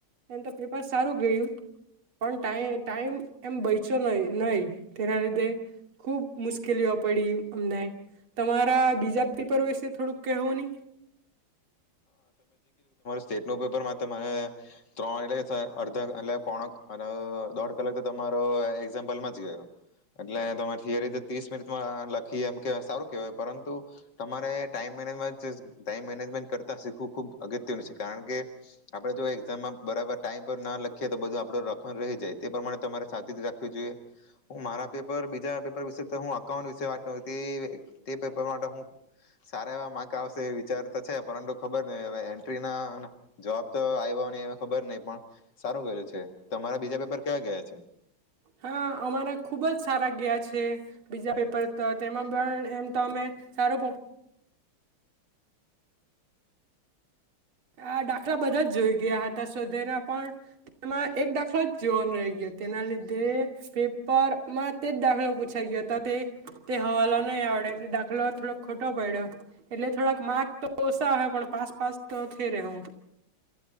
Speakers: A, on the right; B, on the left.
A: એમ તો પેપ બસ સારું ગયું, પણ ટ ટાઈમ એમ બચો ન નહી, તેના લીધે ખુબ મુશ્કેલીઓ પડી, અમને તમારા બીજા પેપર વિશે થોડુંક કવો નહી?
B: સ્ટેટ ન પેપરમાં ત, ત્રણ એટલે અડધા એટલે પોણા દોઢ કલાક તો તમારો એક્ઝામ્પલમાં જ ગયો, એટલે તમારે થિયરી તો ત્રીસ મિનિટમાં લખી એમ કેવાય સારું કેહેવાય પરંતુ, તમારે ટાઈમ મેનેજમેન્ટ ટાઈમ મેનેજમેન્ટ કર બ અગત્યનું છે કારણ કે, આપણે જો એામમાં બરાબર ટાઈમ પર ના લખીએ તો બધું આપડ રખ રહી જાય તે પ્રમાણે તમારે સાચી રાખવી જોઈએ, હું મારા પેપર બીજા પપ વિ અઉ વિત પેપર માટે હ સારા એવા માર્ક આવશે વિચારતા છે પરતું ખબર નહ હવે એન્ટ્રી ના જવાબ તો આવ્યો ન ખબર નહ પણ, સારું ગલું છે, તમારા બીજા પેપર કેવા ગયા છે?
A: હા અમારા ખુબ જ સારા ગયા છે, બીજા પેપર તો તેમાં પણ એમ તો અમે સારો આ દાખલા બધા જ જોઈ ગયા હતા સોધેના પણ, તેમાં એક દાખલો જ જોવાનો રહી ગયો તેના લીધે પેપરમાં તે જ દાખલો પૂછાઈ ગયો હતો તે તે હવાલો નહીં આવડ્યો એટલે દાખલો થોડોક ખોટો પડ્યો, એટલે થોડાક માર્ક તો ઓછા આવ્યા પણ પાસ પાસ ત થે રેહુ.